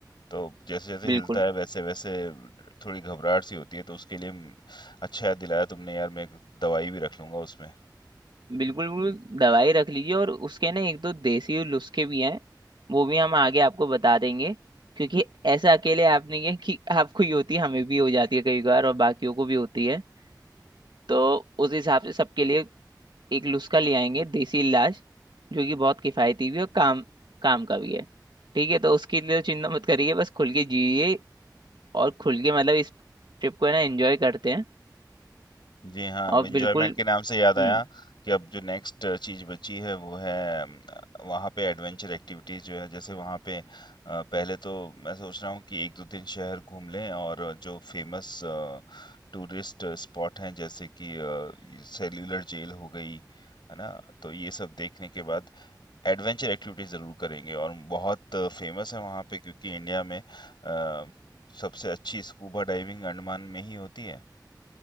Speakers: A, on the left; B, on the right.
A: तो जैसे जैसे
B: बिल्कुल
A: हिलता है वैसे वैसे थोड़ी घबराहट सी होती है तो उसके लिए म, अच्छा याद दिलाया तुमने यार मैं एक दवाई भी रख लूंगा उसमें
B: बिल्कुल बिल्कुल दवाई रख लीजिए और उसके ना एक दो देसी नुस्खे भी हैं वो भी हम आगे आपको बता देंगे क्योंकि ऐसा अकेले आप नहीं है कि आपको ही होती है हमें भी हो जाती है कई बार और बाकियों को भी होती है तो उस हिसाब से सबके लिए एक नुस्खा ले आएंगे देसी इलाज जो कि बहुत किफायती भी है और काम काम का भी है ठीक है तो उसके लिए तो चिंता मत करिए बस खुल के जिए और खुल के मतलब इस ट्रिप को है ना एंजॉय करते हैं
A: जी हाँ
B: और
A: एंजॉयमेंट
B: बिल्कुल
A: के नाम से याद आया
B: हम्म
A: कि अब जो नेक्स्ट चीज बची है वो है अम, वहाँ पे एडवेंचर एक्टिविटीज जो है जैसे वहाँ पे अ, पहले तो मैं सोच रहा हूँ कि एक दो दिन शहर घूम लें और जो फेमस टूरिस्ट स्पॉट हैं जैसे कि सेल्यूलर जेल हो गई है ना तो ये सब देखने के बाद एडवेंचर एक्टिविटीज जरूर करेंगे और बहुत फेमस है वहाँ पे क्योंकि इंडिया में अ, सबसे अच्छी स्कूबा डाइविंग अंडमान में ही होती है